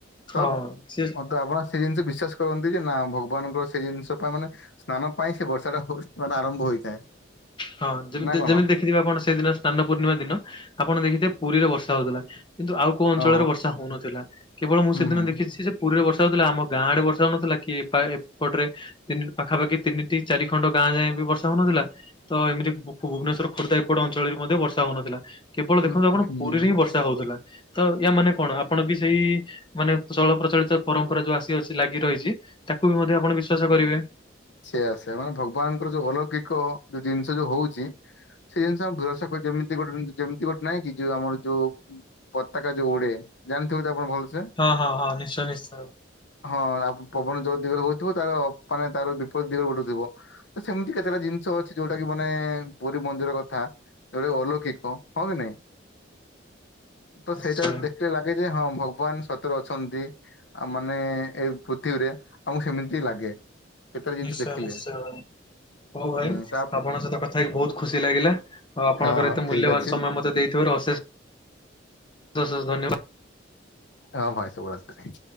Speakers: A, on the left; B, on the left.
A: ତ
B: ହଁ
A: ତେ
B: ସେ
A: ଆପଣ ସେ ଜିନିଷ ବିଶ୍ଵାସ କରନ୍ତି ଯେ, ନା ଭଗବାନଙ୍କ ସେଇ ଜିନିଷ ପାଇଁ ମାନେ ସ୍ନାନ ପାଇଁ ସେ ବର୍ଷା ଟା ମାନେ ଆରମ୍ଭ ହୋଇଥାଏ।
B: ହଁ, ଯେମିତି
A: ନା କଣ?
B: ଯେମିତି ଦେଖିଥିବେ ଆପଣ ସେଦିନ ସ୍ନାନ ପୂର୍ଣ୍ଣିମା ଦିନ ଆପଣ ଦେଖିଥିବେ ପୁରୀରେ ବର୍ଷା ହୋଉଥିଲା। କିନ୍ତୁ ଆଉ କୋଉ ଅଞ୍ଚଳରେ
A: ହଁ
B: ବର୍ଷା ହୋଉନଥିଲା, କେବଳ ମୁଁ
A: ହୁଁ
B: ସେଦିନ
A: ହୁଁ
B: ଦେଖିଛି ଯେ ପୁରୀରେ ବର୍ଷା ହଉଥିଲା, ଆମ ଗାଁ ଆଡ଼େ ବର୍ଷା ହଉନଥିଲା, କି ଏପା ଏପଟରେ ତିନି ପାଖାପାଖି ତିନିଟି। ଚାରିଖଣ୍ଡ ଗାଁ ଯାଏଁ ବି ବର୍ଷା ହଉନଥିଲା, ତ ଏମିତି ଭୁ ଭୁବନେଶ୍ୱର ଖୋର୍ଦ୍ଧା ଏପଟ ଅଞ୍ଚଳରେ ମଧ୍ୟ ବର୍ଷ ବର୍ଷା ହଉନଥିଲା, କେବଳ
A: ହୁଁ
B: ଦେଖନ୍ତୁ ଆପଣ
A: ହୁଁ
B: ପୁରୀରେ ହିଁ ବର୍ଷା ହଉଥିଲା। ତ ୟା ମାନେ କଣ? ଆପଣ ବି ସେଇ ମାନେ ଚଳ ପ୍ରଚଳିତ ପରମ୍ପରା ଯୋଉ ଆସି ଅଛି ଲାଗି ରହିଛି, ତାକୁ ବି ମଧ୍ୟ ଆପଣ ବିଶ୍ୱାସ କରିବେ?
A: ସେଇଆ ସେଇଆ ମାନେ ଭଗବାନଙ୍କର ଯୋଉ ଅଲୌକିକ ଯୋଉ ଜିନିଷ ଯୋଉ ହଉଚି। ସେଇ ଜିନିଷ ଆମେ ବିଶ୍ବାସ ଯେମିତି ଗୋଟେ ଯେମିତି ଗୋଟେ ନାଇଁକି ଜେ ଆମର ଜୋଉ। ପତାକା ଯୋଉ ଉଡ଼େ ଜାଣିଥିବ ତ ଆପଣ ଭଲ ସେ।
B: ହଁ ହଁ ହଁ, ନିଶ୍ଚୟ ନିଶ୍ଚିୟ।
A: ହଁ, ଆ ପବନ ଯୋଉ ଦିଗରେ ହଉଥିବ। ତାର ଅପ ମାନେ ତାର ବିପରୀତ ଦିଗରେ ଉଡ଼ୁଥିବ। ସେମିତି କେତେଟା ଜିନିଷ ଅଛି। ଯୋଉଟା କି ମାନେ ପୁରୀ ମନ୍ଦିର କଥା, ଯୋଉଟା କି ଅଲୌକିକ ହଁ କି ନାଇଁ। ତ
B: ନିଶ୍ଚୟ
A: ସେଇଟା ଦେଖିଲେ ଲାଗେ ଯେ ହଁ ଭଗବାନ ସତରେ ଅଛନ୍ତି। ଆ ମାନେ ଏଇ ପୃଥିବୀରେ ଆମକୁ ସେମିତି ହିଁ ଲାଗେ। କେତେଟା ଜିନିଷ
B: ନିଶ୍ଚୟ
A: ଦେଖିଲେ।
B: ନିଶ୍ଚୟ। ହଉ ଭାଇ
A: ହୁଁ ତା
B: ଆପଣଙ୍କ ସହିତ କଥା ହେଇକି ବହୁତ ଖୁସି ଲାଗିଲା। ଆଉ ଆପଣଙ୍କର
A: ହଁ ହଁ
B: ଏତେ ମୂଲ୍ୟବାନ
A: ଠିକ ଅଛି
B: ସମୟ ମତେ। ଦେଇଥିବାରୁ ଅଶେଷ ଅଶେଷ ଧନ୍ୟବାଦ।
A: ହଁ ଭାଇ ଶୁଭରାତ୍ରି।